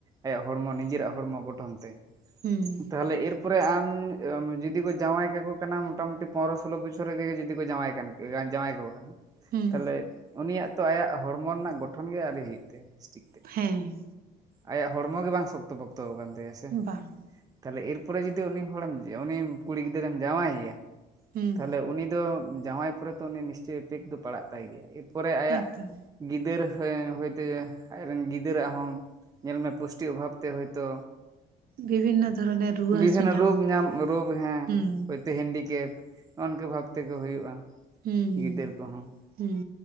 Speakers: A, on the right; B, on the right.
A: ᱟᱭᱟᱜ ᱦᱚᱲᱢᱚ ᱱᱤᱡᱮᱨᱟᱜ ᱦᱚᱲᱢᱚ ᱜᱚᱴᱷᱚᱱ ᱛᱮ ᱾
B: ᱦᱩᱸ᱾
A: ᱛᱟᱦᱚᱞᱮ ᱮᱨᱯᱚᱨᱮ ᱟᱢ ᱡᱩᱫᱤ ᱠᱚ ᱡᱟᱶᱟᱭ ᱠᱟᱠᱚ ᱠᱟᱱᱟ ᱢᱚᱴᱟᱢᱩᱴᱤ ᱯᱚᱱᱮᱨᱳ ᱥᱳᱞᱳ ᱵᱚᱪᱷᱚᱨ ᱨᱮᱜᱮ ᱡᱩᱫᱤ ᱠᱚ ᱡᱟᱶᱟᱭ ᱠᱟᱱᱟ ᱾ <inaudible> ᱡᱟᱶᱟᱭ ᱠᱟᱠᱚ ᱠᱟᱱᱟ᱾
B: ᱦᱩᱸ
A: ᱛᱟᱦᱚᱞᱮ ᱩᱱᱤᱭᱟᱜ ᱛᱚ ᱟᱭᱟᱜ ᱦᱚᱲᱢᱚ ᱨᱮᱱᱟᱜ ᱜᱚᱴᱷᱚᱱ ᱜᱮ ᱟᱣᱨᱤ ᱦᱩᱭᱩᱜ ᱛᱟᱭᱟ ᱵᱮᱥᱴᱤᱠ ᱛᱮ ᱾
B: ᱦᱮᱸ᱾
A: ᱟᱭᱟᱜ ᱦᱚᱲᱢᱚ ᱜᱮ ᱵᱟᱝ ᱥᱚᱠᱛᱚ ᱯᱚᱠᱛᱚ ᱠᱟᱱᱟᱱ ᱛᱟᱭᱟ ᱥᱮ ᱾
B: ᱵᱟᱝ ᱾
A: ᱛᱟᱦᱚᱞᱮ ᱮᱨᱯᱚᱨᱮ ᱡᱩᱫᱤ ᱩᱱᱤ ᱦᱚᱲᱮᱢ ᱩᱱᱤ ᱠᱩᱲᱤ ᱜᱤᱫᱽᱨᱟᱹᱢ ᱡᱟᱶᱟᱭ ᱮᱭᱟ
B: ᱦᱩᱸ
A: ᱛᱟᱦᱞᱮ ᱩᱱᱤ ᱫᱚ ᱡᱟᱶᱟᱭ ᱯᱚᱨᱮ ᱛᱚ ᱩᱱᱤ ᱱᱤᱥᱪᱳᱭ ᱤᱯᱮᱠᱴ ᱫᱚ ᱯᱟᱲᱟᱜ ᱛᱟᱭ ᱜᱮᱭᱟ ᱮᱨᱯᱚᱨᱮ ᱟᱭᱟᱜ
B: ᱮᱠᱫᱚᱢ
A: ᱜᱤᱫᱟᱹᱨ ᱦᱚᱭᱛᱮ ᱟᱡᱨᱮᱱ ᱜᱤᱫᱟᱹᱨᱟᱜ ᱦᱚᱸ ᱧᱮᱞᱢᱮ ᱯᱩᱥᱴᱤ ᱚᱵᱷᱟᱵᱛᱮ ᱦᱚᱭᱛ ᱛᱚ
B: ᱵᱤᱵᱷᱤᱱᱱᱚ ᱫᱷᱚᱨᱚᱱᱮᱨ ᱨᱩᱣᱟᱹ
A: ᱵᱤᱵᱷᱤᱱᱚ
B: ᱦᱟᱹᱥᱩ
A: ᱨᱳᱜᱽ
B: ᱠᱚᱣᱟ
A: ᱧᱟᱢ ᱨᱳᱜᱽ ᱦᱮᱸ
B: ᱦᱩᱸ
A: ᱦᱚᱭᱛᱳ ᱦᱮᱱᱰᱤᱠᱮᱯ ᱾ ᱱᱚᱝᱠᱟ ᱵᱷᱟᱵ ᱛᱮᱠᱚ ᱦᱩᱭᱩᱜ-ᱟ ᱾
B: ᱦᱩᱸ
A: ᱜᱤᱫᱟᱹᱨ ᱠᱚᱦᱚᱸ
B: ᱦᱩᱸ